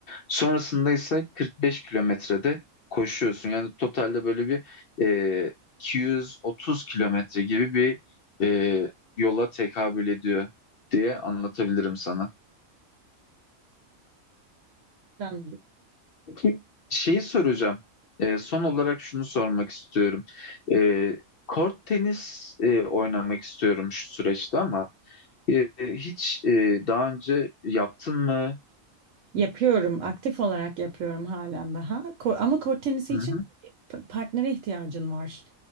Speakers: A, on the left (about 60°); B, on the right (about 70°).
A: Sonrasında ise 45 kilometrede koşuyorsun. Yani totalde böyle bir e, 230 kilometre gibi bir e, yola tekabül ediyor diye anlatabilirim sana.
B: Ben
A: Peki şeyi soracağım. E, son olarak şunu sormak istiyorum. E, kort tenis e, oynamak istiyorum şu süreçte ama e, hiç e, daha önce yaptın mı?
B: Yapıyorum, aktif olarak yapıyorum halen daha. Ko- ama kort tenisi
A: Hı
B: için
A: hı,
B: pa- partnere ihtiyacın var.